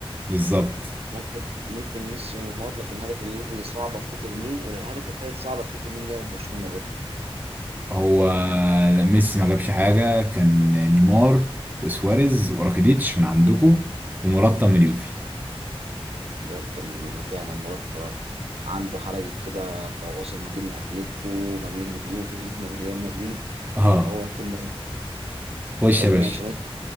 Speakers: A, on the right (about 15°); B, on the right (about 80°).
A: بالظبط
B: ممكن ممكن ميسي ونيمار لكن هدف اليوفي صعب افتكر مين والهدف الثالث صعب افتكر مين جاب برشلونه برضه
A: هو لا ميسي ما جابش حاجه كان نيمار وسواريز وراكيديتش من عندكم ومراتا من اليوفي
B: مرتب من اليوفي فعلا مرتب عنده حركه كده تواصل ما بين اتلتيكو ما بين اليوفي ما بين ريال مدريد
A: اه
B: هو كلمه
A: خش
B: طب
A: يا
B: ماشي
A: باشا